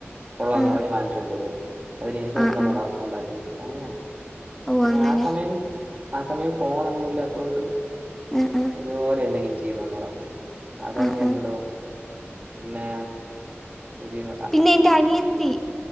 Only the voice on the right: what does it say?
കൊള്ളാന്നറഞ്ഞ്
വാങ്ങിച്ചോണ്ടുപോയി അയിന് ശേഷം
ഒന്നും അങ്ങോട്ട്
ആഹ് ഉണ്ടാക്കിവെച്ച് അങ്ങനെ
പിന്നെആസമയം
ആസമയം ഫോനൊന്നുഇല്ലാത്തൊണ്ട്
ഇതുപോലെ എന്തെങ്കിലും ചെയ്തോണ്ട് നടക്കും ആസമയംഎന്തോ
പിന്നേ ഒരീമ